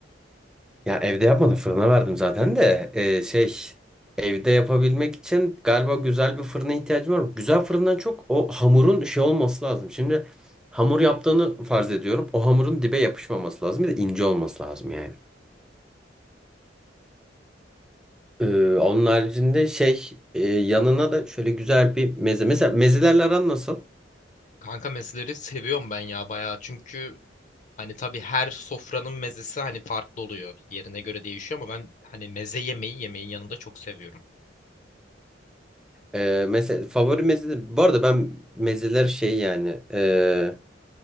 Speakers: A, in the centre; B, on the left.
A: Ya evde yapmadım fırına verdim zaten de Ee, şey evde yapabilmek için galiba güzel bir fırına ihtiyacım var. Güzel fırından çok o hamurun şey olması lazım. Şimdi hamur yaptığını farz ediyorum. O hamurun dibe yapışmaması lazım. Bir de ince olması lazım yani. Ee, onun haricinde şey e, yanına da şöyle güzel bir meze. Mesela mezelerle aran nasıl?
B: Kanka mezeleri seviyorum ben ya bayağı. Çünkü hani tabii her sofranın mezesi hani farklı oluyor. Yerine göre değişiyor ama ben hani meze yemeği yemeğin yanında çok seviyorum.
A: Ee, mesela favori meze. Bu arada ben mezeler şey yani e,